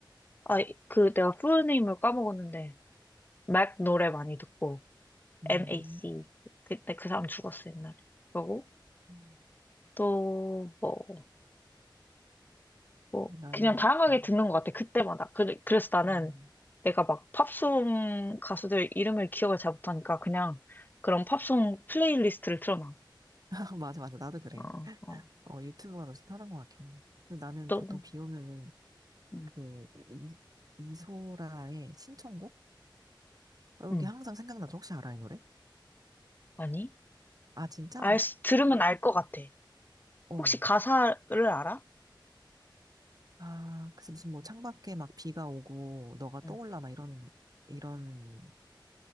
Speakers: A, on the left; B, on the right.
A: 아, 그, 내가 풀네임을 까먹었는데, 맥 노래 많이 듣고,
B: 음,
A: MAC. 그때 그 사람 죽었어, 옛날에. 그러고,
B: 음.
A: 또, 뭐, 뭐,
B: 나는,
A: 그냥 다양하게
B: 어,
A: 듣는 것 같아, 그때마다. 그, 그래서 나는
B: 음.
A: 내가 막 팝송 가수들 이름을 기억을 잘 못하니까 그냥 그런 팝송 플레이리스트를 틀어놔.
B: <laughs> 맞아, 맞아. 나도 그래.
A: 어, 어,
B: 어, 유튜브가 서새 편한 것 같긴 해. 근데 나는
A: 또,
B: 보통 비 오면은
A: 음,
B: 그 이, 이소라의 신청곡? 여기
A: 음,
B: 항상 생각나죠. 혹시 알아, 이 노래?
A: 아니?
B: 아, 진짜?
A: 알, 수- 들으면 알 것 같아.
B: 어.
A: 혹시 가사를 알아?
B: 아, 그래서 무슨 뭐 창밖에 막 비가 오고 너가
A: 응.
B: 떠올라 막 이런, 이런